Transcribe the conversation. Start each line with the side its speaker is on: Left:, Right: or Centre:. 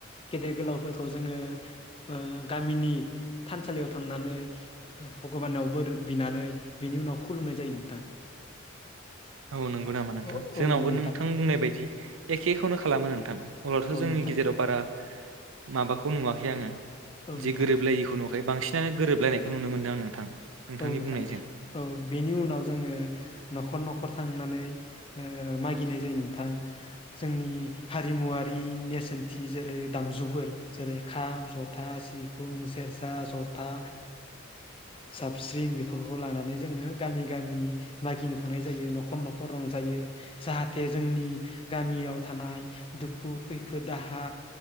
Left: गेदेर गोलावफोरखौ जोङो ओ गामिनि थानसालियाव थांनानै भगबानाव बोर बिनानै बिनि उनाव खुलुमनाय जायो नोंथां।
Right: औ नंगौ नामा नोंथां
Left: औ
Right: जोंनावबो
Left: औ नंगौ
Right: नोंथां बुंनाय बायदि एखेखौनो खालामो नोंथां। अब्लाथ'
Left: औ
Right: जोंनि
Left: नोंथां
Right: गेजेराव बारा माबाखौ नुवाखै आङो
Left: औ नोंथां
Right: जे गोरोबलायिखौ नुवाखै बांसिन <unintelligible> गोरोबलायनायखौ नुनो मोनदों आं नोंथां नोंथांनि
Left: औ नोंथां
Right: बुंनायजों
Left: औ बेनि उनाव जोङो न'खर न'ख फोर थांनानै ओ मागिनाय जायो नोंथां जोंनि हारिमुआरि नेरसोनथि जेरै दामजुफोर जेरै खाम, जथा, सिफुं, सेरसा, जथा जाबस्रिं बेफोरखौ लानानै जोङो गामि गामि मागिनो थांनाय जायो न'खर न'खर रंजायो जाहाथे जोंनि गामियाव थानाय दुखु खैफोद दाहा